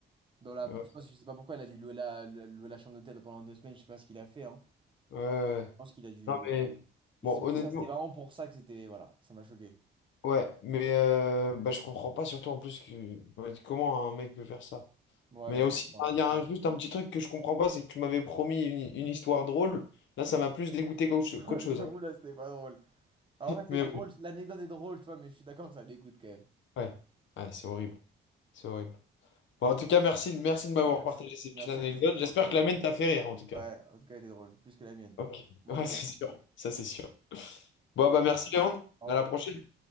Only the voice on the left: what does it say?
Ouais.
ouais.
Non,
mais
bon,
honnêtement.
Ouais, mais euh, bah, je comprends pas, surtout en plus que ouais, comment un mec peut faire ça.
Mais
aussi,
enfin, il
y
a un- juste un petit truc que je comprends pas, c'est que tu m'avais promis une, une histoire drôle. Là, ça m'a plus dégoûté qu'autre
qu'autre chose.
hein.
Mais
oui,
ouais, ouais, c'est horrible, c'est horrible. Bon, en tout cas, merci, merci de m'avoir
partagé ces petites
anecdotes.
J'espère
que la mienne t'a fait rire, en tout cas.
Ok,
ouais,
<laughs> c'est sûr, ça c'est sûr. Bon,
bah merci Léandre,
à la
prochaine.